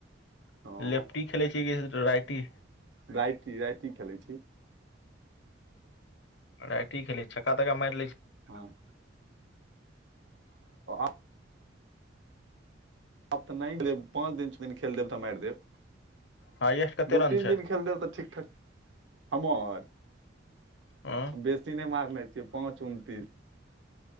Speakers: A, on the right; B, on the left.
A: हँ
B: लेफ्टी खेलै छियै कि राइटी
A: रायति रायति खेलै छी
B: राइटी खेलैछ छक्का तक्का मारि लै
A: हँ <inaudible> आब तऽ नहि लेकिन पाँच दिन छौ दिन खेल देब तऽ मारि देब
B: हाइएस्ट कते
A: दू
B: रन
A: तीन
B: छै
A: दिन खेल देब तऽ ठीक ठाक हमर
B: अ
A: बेसी नहि मारने छियै पाँच उनतीस